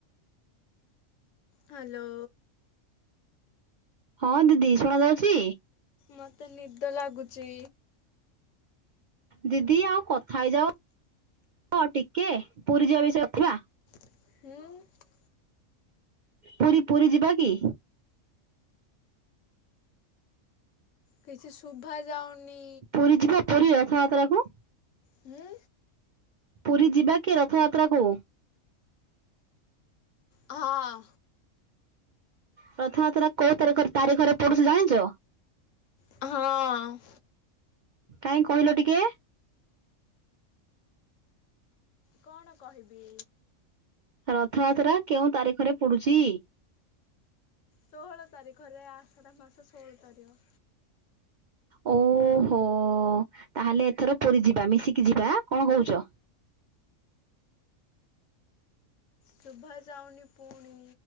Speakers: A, on the left (about 70°); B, on the right (about 75°).
A: ହାଲୋ।
B: ହଁ, ଦିଦି ଶୁଣା ଯାଉଛି?
A: ମତେ ନିଦ ଲାଗୁଚି।
B: ଦିଦି ଆଉ କଥା ହେଇଯାଅ ଆଉ ଟିକେ ପୁରୀ ଯିବା ବିଷୟରେ କରିଥିବା।
A: ହୁଁ।
B: ପୁରୀ ପୁରୀ ଯିବା କି?
A: କିଛି ଶୁଭା ଯାଉନି।
B: ପୁରୀ ଯିବା ପୁରୀ ରଥଯାତ୍ରାକୁ
A: ହୁଁ
B: ପୁରୀ ଯିବା କି ରଥଯାତ୍ରା କୁ?
A: ହଁ।
B: ରଥଯାତ୍ରା କୋଉ ତାରିଖ ତାରିଖରେ ପଡୁଛି ଜାଣିଚ?
A: ହଁ
B: କାହିଁ କହିଲ ଟିକେ।
A: କଣ କହିବି।
B: ରଥଯାତ୍ରା କେଉଁ ତାରିଖରେ ପଡୁଛି?
A: ଷୋହଳ ତାରିଖରେ ଆଷାଢ଼ ମାସ ଷୋହଳ ତାରିଖ।
B: ଓହୋ ତାହେଲେ ଏଥର ପୁରୀ ଯିବା ମିଶିକି ଯିବା କଣ କହୁଚ?
A: ଶୁଭା ଯାଉନୀ ପୁଣି।